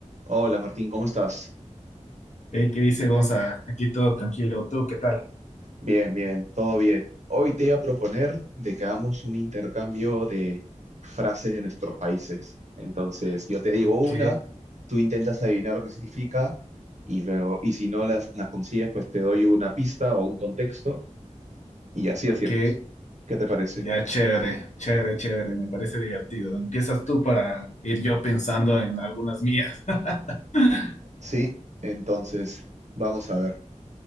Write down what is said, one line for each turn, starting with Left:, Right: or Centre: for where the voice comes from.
Right: Hola Martín, ¿cómo estás?
Left: Ey, ¿qué dice Gonza? Aquí todo tranquilo. ¿Tú qué tal?
Right: Bien, bien, todo bien. Hoy te iba a proponer de que hagamos un intercambio de frases de nuestros países. Entonces, yo te digo
Left: Ok,
Right: una, tú intentas adivinar lo que significa y luego, y si no las, la consigues, pues te doy una pista o un contexto y así
Left: ok.
Right: hacemos. ¿Qué te parece?
Left: Ya chévere, chévere, chévere. Me parece divertido. Empiezas tú para ir yo pensando en algunas mías. <laughs>
Right: Sí, entonces, vamos a ver.